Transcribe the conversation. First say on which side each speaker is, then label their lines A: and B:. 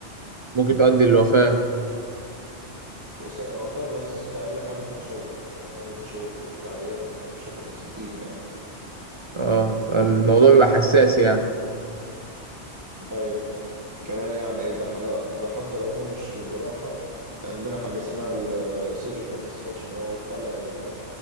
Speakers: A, on the right; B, on the right.
A: ممكن تؤدي للوفاة
B: مش بس وفاة بس أقل حاجة التشوه يعني أعمل تشوه في وش العيان بشكل مستديم يعني.
A: اه فالموضوع بيبقى حساس يعني
B: ايوه كمان يعني ايه ده احنا ده حتى لو هو مش في الجراحة عندنا حاجة اسمها السيرجيكال اكستراكشن هو الخلع ال-